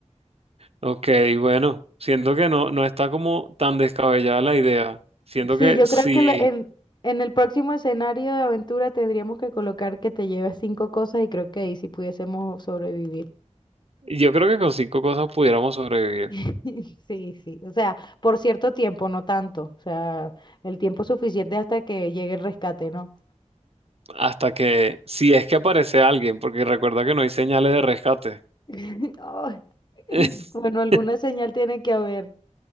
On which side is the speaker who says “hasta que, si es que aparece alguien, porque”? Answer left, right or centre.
Right